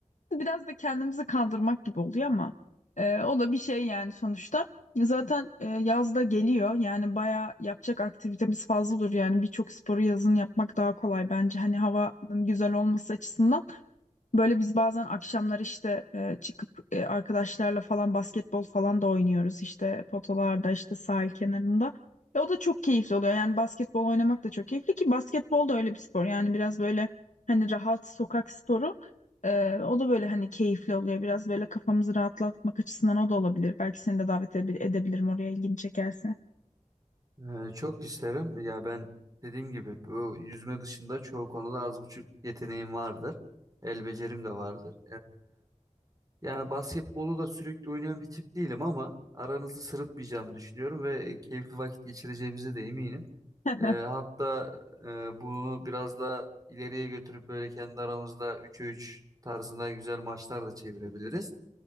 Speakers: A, on the left (about 75°); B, on the right (about 30°).
A: Biraz da kendimizi kandırmak gibi oluyor ama e, o da bir şey yani sonuçta. Zaten e, yaz da geliyor yani baya yapacak aktivitemiz fazla olur yani birçok sporu yazın yapmak daha kolay bence hani havanın güzel olması açısından. Böyle biz bazen akşamlar işte e, çıkıp e, arkadaşlarla falan basketbol falan da oynuyoruz işte potolarda işte sahil kenarında. E, o da çok keyifli oluyor yani basketbol oynamak da çok keyifli ki basketbol da öyle bir spor yani biraz böyle hani rahat sokak sporu. Ee, o da böyle hani keyifli oluyor. Biraz böyle kafamızı rahatlatmak açısından o da olabilir. Belki seni de davet edebil- edebilirim oraya ilgini çekerse.
B: Ee, çok isterim. Ya ben dediğim gibi bu yüzme dışında çoğu konuda az buçuk yeteneğim vardır. El becerim de vardır. Yani basketbolu da sürekli oynayan bir tip değilim ama aranızı sırıtmayacağımı düşünüyorum ve e, keyifli vakit geçireceğimize de eminim.
A: <laughs>
B: Ee, hatta e, bunu biraz da ileriye götürüp böyle kendi aramızda 3'e 3 tarzında güzel maçlar da çevirebiliriz.